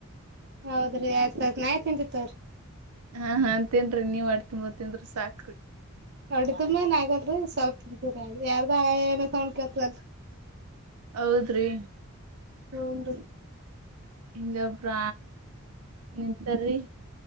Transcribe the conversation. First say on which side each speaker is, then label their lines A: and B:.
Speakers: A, on the right; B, on the right.
A: ಹೌದ್ರಿ ಆಯ್ತು ಆಯ್ತ್ ನಾಯ್ತ್ ನಿಂತಿತ್ವ್ರೀ
B: ಹಾ ಹಾ ತಿನರಿ ನೀವ್ ಆಡ್ ತಿಂಬ ತಿನ್್ರಿ ಸಾಕ್ರಿ
A: ಹೊಡ್ದುಮನ್ ಆಗಲ್ರಿೀ ಸ್ವಲ್ಪ ತುಂಬರಿ ಯಾರದ ಏನ ತೊಂಡ್ ಕತಲ್ರಿ
B: ಹೌದ್ರಿ
A: ಹದು
B: ಇದು ಪ್ರ ನೀಂತರಿ